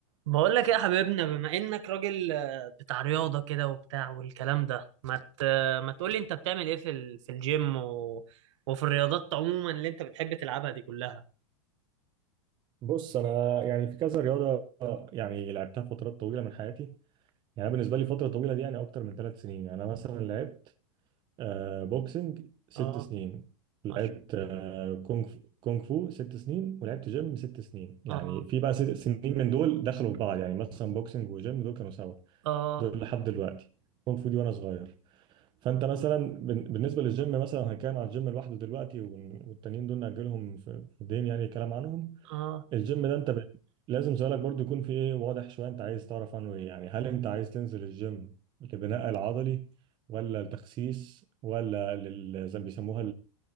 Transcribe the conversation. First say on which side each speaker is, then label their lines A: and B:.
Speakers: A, on the right; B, on the right.
A: بقول لك ايه يا حبيبنا بما انك راجل آه، بتاع رياضة كده وبتاع والكلام ده ما ت... ما تقول لي انت بتعمل ايه في ال... في الجيم و... وفي الرياضات عموما اللي انت بتحب تلعبها دي كلها
B: بص انا يعني في كذا رياضه يعني لعبتها فترات طويله من حياتي يعني أنا بالنسبه لي فتره طويله دي يعني اكتر من ثلاث سنين يعني انا مثلا لعبت آه، بوكسنج ست
A: اه
B: سنين لعبت
A: ماشي
B: آه، كونغ كونغ فو ست سنين ولعبت جيم ست سنين يعني
A: اه
B: في بقى ست سنين من دول دخلوا في بعض يعني مثلا بوكسنج وجيم دول كانوا سوا
A: اه
B: دول لحد دلوقتي كونغ فو دي وانا صغير فانت مثلا بن- بالنسبه للجيم مثلا هنتكلم على الجيم لوحده دلوقتي وال- والتانيين دول ناجلهم في الدين يعني كلام عنهم
A: اه
B: الجيم ده انت ب... لازم سؤالك برضو يكون في ايه واضح شويه انت عايز تعرف عنه ايه يعني هل انت عايز تنزل الجيم لبناء العضلي ولا التخسيس ولا لل... زي ما بيسموها